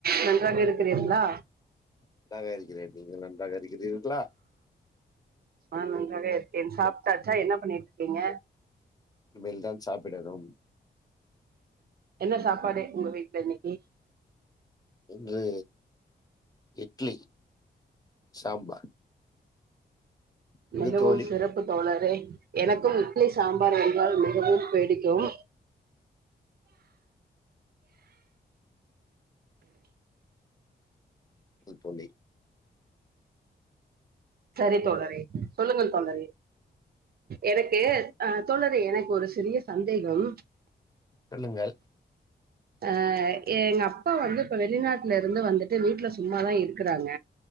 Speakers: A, on the right; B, on the left.
A: நன்றாக இருக்கிறீங்களா
B: நன்றாக இருக்கிறேன் நீங்க நன்றாக இருக்கிறீர்களா
A: ஆ நன்றாகே இருக்கேன் சாப்ட்டாச்சா என்ன பண்ணிட் இருக்கீங்க
B: இனிமேல்தான் சாப்பிடனும்
A: என்ன சாப்பாடு உங்க வீட்டுல இன்னைக்கு
B: இங்கே இட்லி சாம்பார் உங்க
A: மிகவும்
B: தோழி
A: சிறப்பு தோழரே எனக்கும் இட்லி சாம்பார் என்ரால் மிகவும் பிடிக்கும்
B: ம் தோழி
A: சரி தோழரே சொல்லுங்கள் தோழரே எனக்கு அ தோழரே எனக்கு ஒரு சிறிய சந்தேகம்
B: சொல்லுங்கள்
A: அ எங்க அப்பா வந்து இப்ப வெளிநாட்டுல இருந்து வந்துட்டு வீட்டுல சும்மாதா இருக்குறாங்க